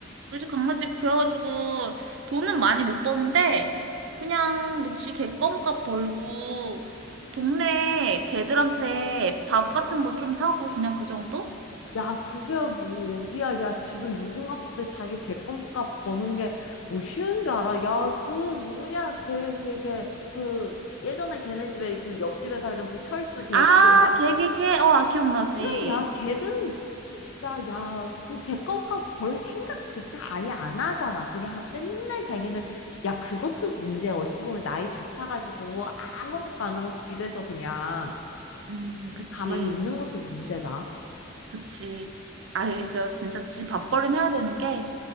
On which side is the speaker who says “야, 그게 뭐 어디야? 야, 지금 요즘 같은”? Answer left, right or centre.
Left